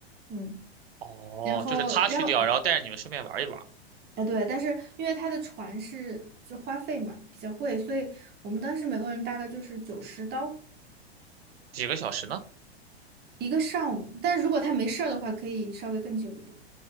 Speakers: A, on the right; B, on the right.
A: 嗯，
B: 哦，
A: 然后，
B: 就是他去掉，
A: 然后
B: 然后带着你们顺便玩一玩，
A: 哎，对，但是因为他的船是就花费嘛比较贵，所以我们当时每个人大概就是九十刀
B: 几个小时呢？
A: 一个上午。但如果他没事儿的话，可以稍微更久一点。